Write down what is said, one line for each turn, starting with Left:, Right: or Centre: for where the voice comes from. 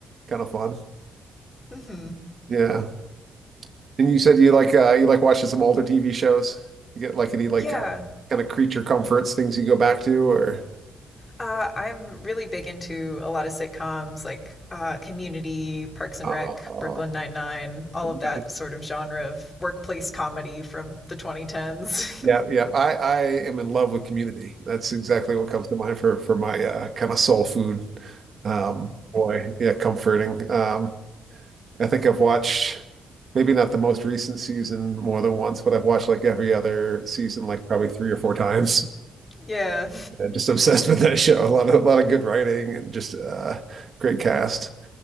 Right: kind of fun.
Left: hmm
Right: Yeah. And you said you like uh you like watching some older TV shows. You get like any like
Left: Yeah.
Right: uh, kind of creature comforts, things you go back to or
Left: Uh, I'm really big into a lot of sitcoms like uh, Community, Parks and
Right: oh,
Left: Rec, Brooklyn Nine-Nine, all
Right: nice.
Left: of that sort of genre of workplace comedy from the 2010s.
Right: Yeah, yeah. I I am in love with Community. That's exactly what comes to mind for for my uh kind of soul food. Um boy, yeah, comforting. Um I think I've watched maybe not the most recent season more than once, but I've watched like every other season like probably three or four times.
Left: <laughs> yeah.
Right: I'm just obsessed with that show. A lot of a lot of good writing and just uh, great cast.